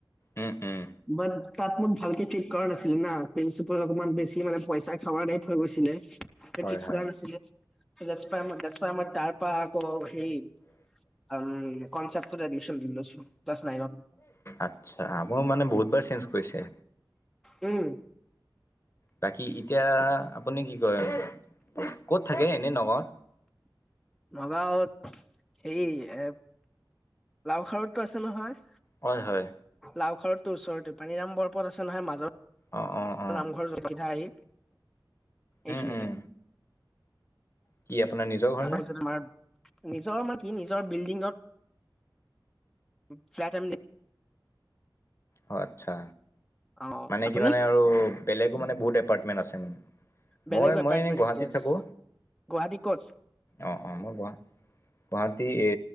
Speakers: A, on the left; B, in the centre.
A: উম উম।
B: বাট তাত মোক ভালকে ঠিক কৰা নাছিলে না, প্ৰিন্সিপাল অকমান বেছি মানে পইচা খাৱা দে থৈ গৈছিলে। এ
A: হয়
B: পিক কোৱা
A: হয়
B: নাছিলে, গছপাই মই গছপাই <inaudible> আমাৰ তাৰপা আকৌ এই আম কনচেপত এডমিশন লৈছো ক্লাছ নাইনত।
A: আচ্ছা, মোৰ মানে বহুত বাৰ চেঞ্জ কৰিছে।
B: উম।
A: বাকী এতিয়া আপুনি কি কয়? ক'ত থাকে এনে নগাঁৱ?
B: নগাঁৱত সেই এ লাও খাৰতো আছে নহয়?
A: হয় হয়।
B: লাও খাৰতটো ওচৰতে, পানীৰাম বৰপথ আছে নহয় মাজত।
A: অ অ অ।
B: নামঘৰৰ চিধা আহি এইখিনিতে।
A: উম উম কি আপোনাৰ নিজৰ ঘৰ
B: নাপছে
A: নে
B: <inaudible> তোমাৰ নিজৰ মাটি নিজৰ বিল্ডিঙত ফ্লেট আম
A: অ আচ্ছা
B: অ
A: মানে
B: আপুনি
A: কি মানে আৰু বেলেগো মানে বহুত এপাৰ্টমেণ্ট আছে মানে?
B: বেলেগ
A: মই
B: এপাৰ্টমেন্ট
A: মই এনেই গুৱাহাটীত
B: য়েছ
A: থাকো।
B: গুৱাহাটী ক'ত
A: অ অ মোৰ গুৱা -গুৱাহাটী এ